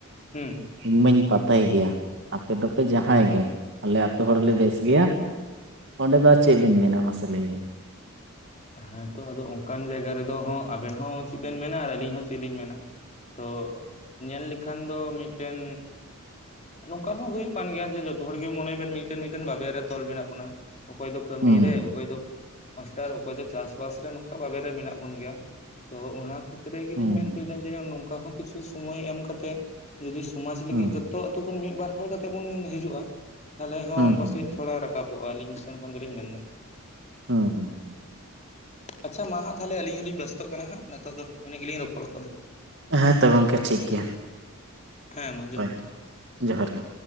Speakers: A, on the left (about 35°); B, on the right (about 55°).
A: ᱦᱩᱸ
B: ᱤᱧ ᱢᱟᱧ ᱯᱟᱛᱟᱭ ᱜᱮᱭᱟ ᱟᱯᱮ ᱫᱚᱯᱮ ᱡᱟᱦᱟᱸᱭ ᱜᱮ ᱟᱞᱮ ᱟ ᱟᱹᱛᱩᱳ ᱦᱚᱲᱞ
A: ᱟᱪᱪᱷᱟ
B: ᱞᱮ ᱵᱮᱥ ᱜᱮᱭᱟ᱾ ᱚᱸᱰᱮ ᱫᱚ ᱟᱨ ᱪᱮᱫ ᱵᱮᱱ ᱢᱮᱱᱟ ᱢᱟᱥᱮ ᱞᱟᱹᱭ ᱵᱤᱱ?
A: ᱦᱮᱸᱛᱚ ᱟᱫᱚ ᱚᱱᱠᱟᱱ ᱡᱟᱭᱜᱟ ᱨᱮᱫᱚ ᱟᱵᱮᱱ ᱦᱚᱸ ᱪᱮᱫ ᱵᱮᱱ ᱢᱮᱱᱟ ᱟᱨ ᱟᱹᱞᱤᱧ ᱦᱚᱸ ᱪᱮᱫ ᱞᱤᱧ ᱢᱮᱱᱟ᱾ ᱛᱚ ᱧᱮᱞ ᱞᱮᱠᱷᱟᱱ ᱫᱚ ᱢᱤᱫᱴᱮᱱ ᱱᱚᱝᱠᱟ ᱦᱚᱸ ᱦᱩᱭᱩᱜ ᱠᱟᱱ ᱜᱮᱭᱟ ᱡᱮ ᱡᱚᱛᱚ ᱦᱚᱲᱜᱮ ᱢᱚᱱᱮ ᱵᱮᱱ ᱢᱤᱫᱴᱮᱱᱴᱮᱱ ᱵᱟᱵᱮ ᱨᱮ ᱛᱚᱞ ᱢᱮᱱᱟᱜ ᱵᱚᱱᱟ᱾ ᱚᱠᱚᱭ ᱫᱚ ᱠᱟᱹᱢᱤ
B: ᱦᱩᱸ
A: ᱨᱮ ᱚᱠᱚᱭ ᱫᱚ ᱢᱟᱥᱴᱟᱨ ᱚᱠᱚᱭ ᱫᱚ ᱪᱟᱥᱵᱟᱥ ᱨᱮ ᱱᱚᱝᱠᱟ ᱵᱟᱵᱮ ᱨᱮ ᱢᱮᱱᱟᱜ ᱵᱚᱱ ᱜᱮᱭᱟ᱾ ᱛᱚ ᱚᱱᱟ ᱠᱷᱟᱹᱤᱨ ᱨᱮᱜᱮᱞᱤᱧ
B: ᱦᱩᱸ
A: ᱢᱮᱱ ᱦᱚᱪᱚᱭᱮᱫᱟ ᱡᱮ ᱱᱚᱝᱠᱟ ᱦᱚᱸᱚᱸᱤᱪᱷᱩ ᱥᱚᱢᱳᱚᱭ ᱮᱢ ᱠᱟᱛᱮ ᱡᱩᱫᱤ ᱥᱚᱢᱟᱡ ᱞᱟᱹᱜᱤᱫ
B: ᱦᱩᱸ
A: ᱡᱚᱛᱚ ᱛᱚ ᱟᱛᱩᱳ ᱠᱷᱚᱱ ᱢᱤᱫ ᱵᱟᱨ ᱦᱚᱲ ᱠᱟᱛᱮ ᱵᱚᱱ ᱦᱤᱡᱩᱜᱼᱟ ᱛᱟᱦᱦᱮ ᱦᱚᱸ
B: ᱦᱩᱸ
A: ᱯᱟᱥᱮᱡ
B: ᱦᱩᱸ
A: ᱛᱷᱚᱲᱟ ᱨᱟᱠᱟᱵᱚᱜᱼᱟ ᱟᱹᱞᱤᱧ ᱥᱮᱱ ᱠᱷᱚᱱ ᱫᱚᱞᱤᱧ ᱢᱮᱱ ᱮᱫᱟ᱾
B: ᱦᱩᱸ ᱦᱩᱸ ᱦᱩᱸ
A: ᱟᱪᱷᱟ ᱢᱟ ᱦᱟᱸ ᱛᱟᱦᱚᱞᱮ ᱟᱹᱞᱤᱧ ᱦᱚᱞᱤᱧ ᱵᱮᱥᱛᱚᱜ ᱠᱟᱱᱟ ᱦᱟᱸᱜ, ᱱᱤᱛᱚᱜ ᱫᱚ ᱤᱱᱟᱹᱜ ᱜᱮᱞᱤᱧ ᱨᱚᱯᱚᱲᱚᱜ ᱠᱟᱱᱟ᱾
B: ᱦᱮᱸ ᱛᱚ ᱜᱚᱝᱠᱮ ᱴᱷᱤᱠ ᱜᱮᱭᱟ᱾
A: ᱦᱮᱸ ᱢᱟ ᱡᱚᱦᱟᱨ
B: ᱦᱳᱭ
A: ᱜᱮ
B: ᱡᱚᱦᱟᱨ ᱜᱮ